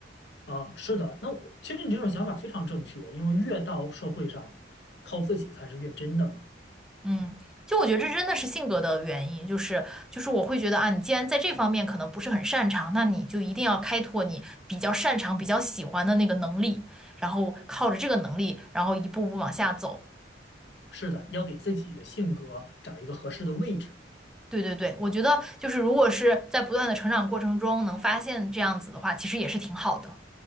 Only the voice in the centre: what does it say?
嗯，
就我觉得这真的是性格的原因，就是就是我会觉得啊，你既然在这方面可能不是很擅长，那你就一定要开拓你比较擅长、比较喜欢的那个能力，然后靠着这个能力，然后一步步往下走。
对对对，我觉得就是如果是在不断的成长过程中能发现这样子的话，其实也是挺好的。